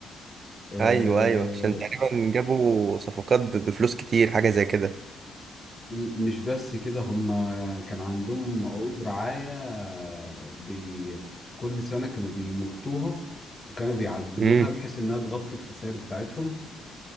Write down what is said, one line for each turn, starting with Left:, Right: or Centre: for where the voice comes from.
Left: آه
Right: ايوه ايوه عشان تقريبا جابوا صفقات ب- بفلوس كتير حاجة زي كده
Left: مش بس كده هم كان عندهم عقود رعاية آه، بي كل سنة كانوا بيمطوها وكانوا بيعدلوها
Right: امم
Left: بحيث انها تغطي الخسائر بتاعتهم